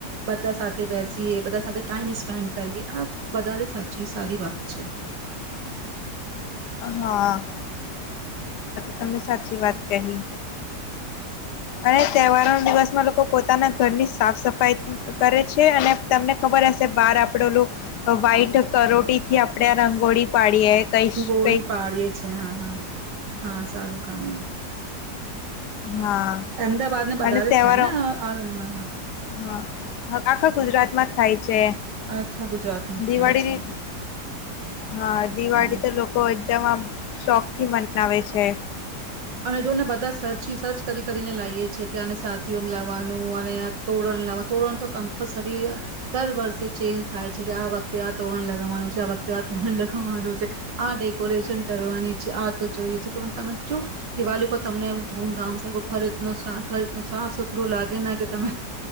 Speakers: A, on the right (about 80°); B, on the left (about 75°).
A: બધા સાથે બેસીએ બધા સાથે ટાઈમ સ્પેન્ડ કરીએ આ વધારે સાચી સારી વાત છે.
B: હા, તમને સાચી વાત કહી અને તહેવારોન દિવસમાં લોકો પોતાના ઘરની સાફ-સફાઈ કરે છે. અને તમને ખબર હશે, બહાર આપણે ઓલું વ્હાઈટ કરોટીથી આપણે આ રંગોળી પાડીએ, કંઈ
A: ળી પાડીએ છે. હા હા. હા, સારું કામ હોય.
B: હા
A: અમદાવાદ ને બધારે
B: અને
A: જ
B: તહેવારો
A: થાય ને આ આ-
B: હા, આખા ગુજરાતમાં જ થાય છે.
A: આખા ગુજરાતમાં જ
B: દિવાળીની
A: થાય છે.
B: હા, દિવાળી
A: હમ્મ.
B: તો લોકો એક તેમાં શોખથી મનાવે છે.
A: અને જોને બધાં સર્ચી સર્ચ કરી કરીને લાઈએ છે. કે આને સાથીઓમ લાવવાનું અને આ તોરણ લાવવાનું તોરણતો કમ્પલસરી દર વર્ષે ચેન્જ થાય છે કે આ વખતે આ તોરણ લગાવવાનું છે આ વખતે આ તોરણ લગાવવાનું છે આ ડેકોરેશન કરવાની છે આતો જોઈએ છે <unintelligible> તમેજો દિવાલી પર તમને ધૂમધામ છે ઘર <unintelligible> સાફ સુથરું લાગેના કે તમે